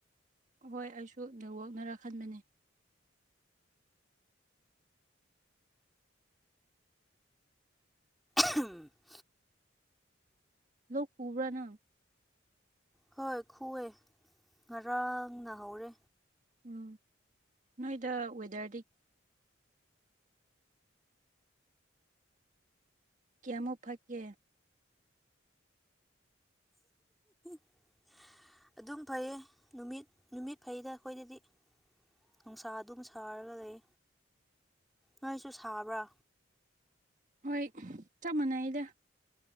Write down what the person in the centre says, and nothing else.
ꯎꯝ <inaudible>
ꯍꯣꯏ ꯈꯨꯑꯦ ꯉꯔꯥꯡ ꯅꯍꯧꯔꯦ
<inaudible> ꯑꯗꯨꯝ ꯐꯩꯌꯦ ꯅꯨꯃꯤꯠ ꯅꯨꯃꯤꯠ ꯐꯩꯗ ꯑꯩꯈꯣꯏꯗꯗꯤ ꯅꯨꯡꯁꯥ ꯑꯗꯨꯝ ꯁꯥꯔꯒ ꯂꯩ ꯅꯣꯏꯁꯨ ꯁꯥꯕ꯭ꯔꯥ